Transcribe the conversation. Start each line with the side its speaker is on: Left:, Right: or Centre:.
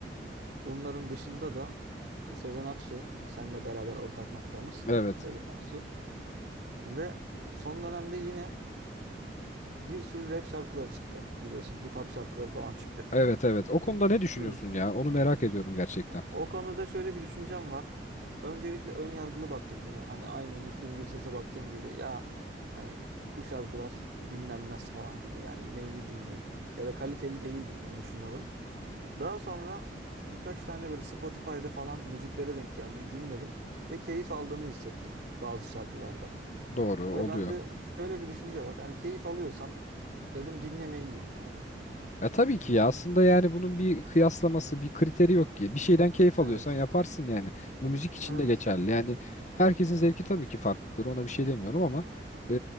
Right: bunların dışında da e, Sezen Aksu, seninle beraber ortak noktamız
Left: Evet.
Right: Sezen Aksu. Ve son dönemde yine bir sürü rap şarkıları çıktı biliyorsun. Hip hop şarkıları falan çıktı.
Left: Evet evet. O konuda ne düşünüyorsun
Right: Hmm.
Left: ya? Onu merak ediyorum gerçekten.
Right: O konuda şöyle bir düşüncem var. Öncelikle ön yargılı baktım yine. Hani aynı Müslüm Gürses'e baktığım gibi ya hani bu şarkılar dinlenmez falan gibi. Yani neyini dinleyeyim ya da kaliteli değildir gibi düşünüyordum. Daha sonra birkaç tane böyle Spotify'da falan müziklere denk geldim, dinledim ve keyif aldığımı hissettim bazı şarkılarda.
Left: Doğru
Right: Ve
Left: oluyor.
Right: bende şöyle bir düşünce var. Yani keyif alıyorsam dedim dinlemeliyim yani.
Left: E tabii ki ya aslında yani bunun bir kıyaslaması, bir kriteri yok ki. Bir şeyden
Right: Hı
Left: keyif
Right: Evet.
Left: alıyorsan yaparsın yani. Bu müzik için
Right: Evet.
Left: de geçerli. Yani herkesin zevki tabii ki farklıdır. Ona bir şey
Right: Hı
Left: demiyorum
Right: hı.
Left: ama e,